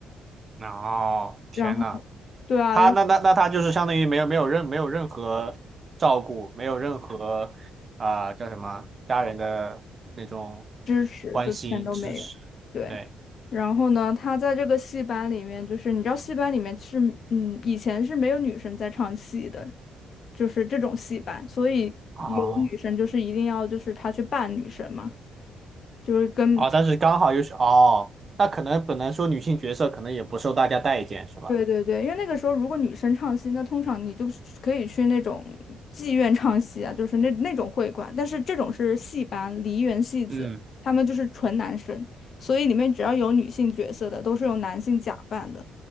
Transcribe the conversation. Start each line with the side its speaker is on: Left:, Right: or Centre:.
Right: 哦，天呐，
Left: 然后。对啊，
Right: 他那那那他就是相当于没有没有任没有任何照顾，
Left: 然后。
Right: 没有任何啊、叫什么家人的那种
Left: 支持，
Right: 关心支持，
Left: 就全都没有。对，
Right: 对，
Left: 然后呢，他在这个戏班里面，就是你知道戏班里面是，嗯，以前是没有女生在唱戏的，就是这种戏班，所以有女生就是一定要就是他去扮女生嘛，
Right: 哦
Left: 就是跟
Right: 哦，但是刚好又是哦，那可能本来说女性角色可能也不受大家待见是吧？
Left: 对对对，因为那个时候如果女生唱戏，那通常你就是可以去那种妓院唱戏啊，就是那那种会馆。但是这种是戏班、梨园戏子，
Right: 嗯
Left: 他们就是纯男生，所以里面只要有女性角色的，都是用男性假扮的。